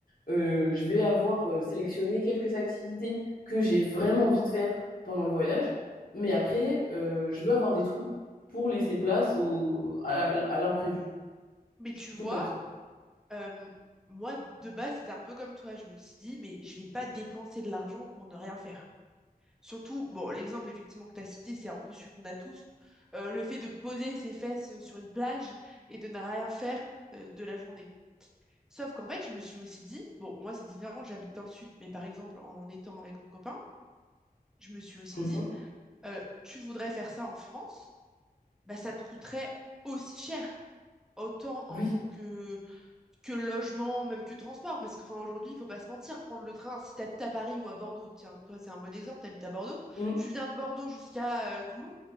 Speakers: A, on the left; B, in the centre.
A: euh, je vais avoir euh, sélectionné quelques activités que j'ai vraiment envie de faire pendant le voyage. Mais après, euh, je veux avoir des trous pour laisser place au, à, à l'imprévu.
B: Mais
A: Je
B: tu
A: suis plutôt
B: vois,
A: comme ça.
B: Euh, moi, de base, c'était un peu comme toi. Je me suis dit, mais je vais pas dépenser de l'argent pour ne rien faire. Surtout, bon, l'exemple effectivement que tu as cité, c'est un peu celui qu'on a tous. Euh, le fait de poser ses fesses euh, sur une plage et de ne rien faire euh, de la journée. Sauf qu'en fait, je me suis aussi dit, bon, moi c'est différent, j'habite dans le sud, mais par exemple, en étant avec mon copain, je me suis aussi
A: Mhm.
B: dit, euh, tu voudrais faire ça en France, bah ça te coûterait aussi cher. Autant en
A: Oui.
B: tant que que logement, même que transport, parce que enfin aujourd'hui, il faut pas se mentir, prendre le train, si tu habites à Paris ou à Bordeaux, tiens, toi c'est un bon exemple, tu habites à Bordeaux,
A: Mhm.
B: tu viens de Bordeaux jusqu'à euh, Toulon,